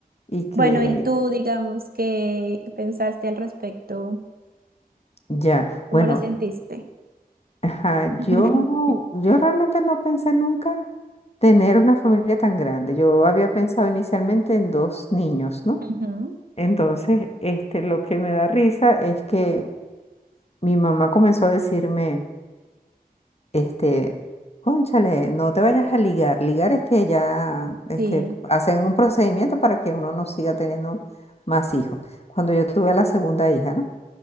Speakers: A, on the left (about 40°); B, on the right (about 70°).
A: y que
B: Bueno, y tú, digamos, ¿qué, qué pensaste al respecto?
A: ya,
B: ¿Cómo
A: bueno,
B: lo sentiste?
A: ajá,
B: <laughs>
A: yo, yo realmente no pensé nunca tener una familia tan grande. Yo había pensado inicialmente en dos niños, ¿no?
B: Ujú,
A: Entonces, este, lo que me da risa es que mi mamá comenzó a decirme, Este, cónchale, no te vayas a ligar. Ligar es que ya este,
B: Sí,
A: hacen un procedimiento para que uno no siga teniendo más hijos. Cuando yo tuve a la segunda hija, ¿no?